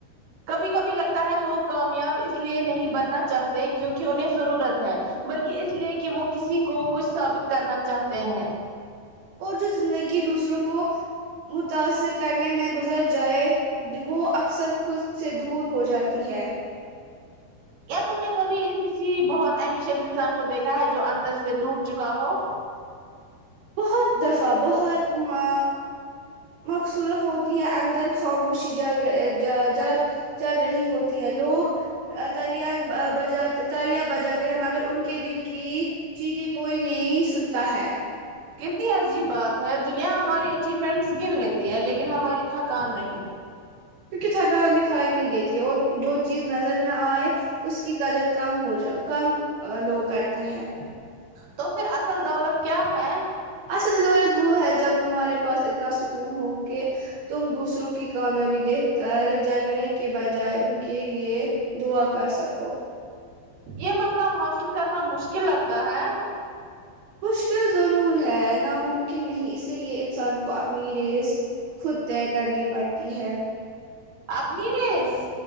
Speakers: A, on the right; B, on the right.
A: کبھی کبھی لگتا ہے لوگ کامیاب اس لیے نہیں بننا چاہتے کیونکہ انہیں ضرورت ہے بلکہ اس لیے کہ وہ کسی کو کچھ ثابت کرنا چاہتے ہیں
B: اور جو زندگی دوسروں کو متاثر کرنے میں گزر جائے وہ اکثر خود سے دور ہو جاتی ہے
A: کیا تم نے کبھی کسی بہت ایمبشس انسان کو دیکھا ہے جو اندر سے ٹوٹ چکا ہو
B: بہت دفعہ بہرما مقصورت ہوتی ہے اندر خاموشی جگ رے جاجا گ چر رہی ہوتی لوگ تلیا بجات تالیاں بجاتے ہیں مگر ان کے دل کی چیخیں کوئی نہیں سنتا ہے
A: کتنی عجیب بات ہے دنیا ہماری اچیومنٹس گن لیتی ہے لیکن ہماری تھکان نہیں
B: کیونکہ تھکان دکھائی نہیں دیتی ہے اور جو چیز نظر نہ آئے اس کی قدر کم ہو جا کم لوگ کرتے ہیں
A: تو پھر اصل دولت کیا ہے
B: اصل دولت وہ ہے جب تمہارے پاس اتنا سکون ہو کہ تم دوسروں کی کامیابی دیکھ کر جلنے کے بجائے ان کے لیے دعا کر سکو
A: یہ مقام حاصل کرنا مشکل لگتا ہے
B: مشکل ضرور ہے ناممکن نہیں اسی لیے انسان کو اپنی ریس خود طے کرنی پڑتی ہے
A: آپنی ریس